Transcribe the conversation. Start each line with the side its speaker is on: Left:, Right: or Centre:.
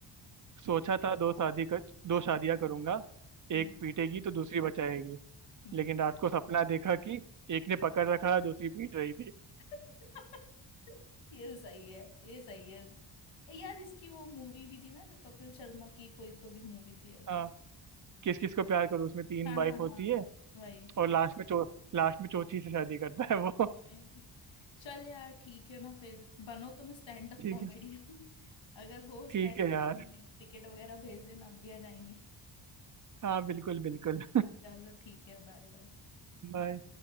Right: सोचा था दो शादी कर दो शादियां करूंगा
Left: हम्म
Right: एक पीटेगी तो दूसरी बचाएगी
Left: हम्म
Right: लेकिन रात को सपना देखा कि एक ने पकड़ रखा दूसरी पीट रही थी
Left: <laughs> ये सही है ये सही है यार इसकी वो मूवी भी थी ना कपिल शर्मा की कोई तो भी मूवी थी ऐसे
Right: हाँ किस किस को प्यार करूँ उसमें तीन
Left: हाँ
Right: वाइफ
Left: हाँ
Right: होती
Left: हाँ
Right: है
Left: वही
Right: और लास्ट में चौ लास्ट में चौथी से शादी करता है वो
Left: ये
Right: <laughs>
Left: तो चल यार ठीक है ना फिर बनो तुम स्टैंड अप
Right: ठीक
Left: कॉमेडियन
Right: है
Left: <laughs> अगर हो स्टैंड
Right: ठीक है
Left: अप
Right: यार
Left: कॉमेडी टिकट वगैरह भेज देना हम भी आ जाएंगे
Right: हाँ बिल्कुल बिल्कुल
Left: चलो ठीक है बाय बाय
Right: बाय